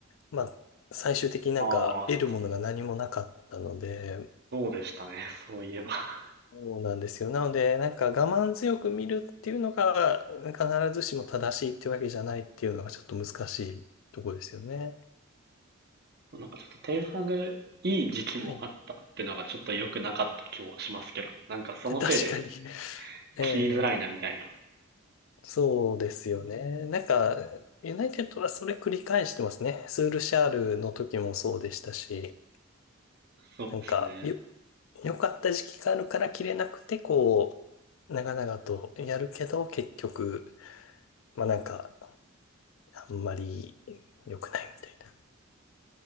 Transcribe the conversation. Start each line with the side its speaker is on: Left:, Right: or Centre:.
Left: まあ、最終的になんか得るものが何もなかったので、
Right: ああ、そうでしたね。<laughs> そういえば。<laughs>
Left: そうなんですよ。なので、なんか我慢強く見るっていうのが、必ずしも正しいっていうわけじゃないっていうのがちょっと難しいところですよね。
Right: なんかちょっとテンハグいい時期もあったってのがちょっと良くなかった気もしますけどね。
Left: はい。
Right: なんかそのせいで
Left: 確かに。<laughs> ええ
Right: 切りづらいなみたいな。
Left: そうですよね。なんか、ユナイテッドはそれ繰り返してますね。スールシャールの時もそうでしたし、
Right: そうですね。
Left: なんか、よ、良かった時期があるから切れなくて、こう、長々とやるけど、結局、まあなんか、あんまり良くないみたいな。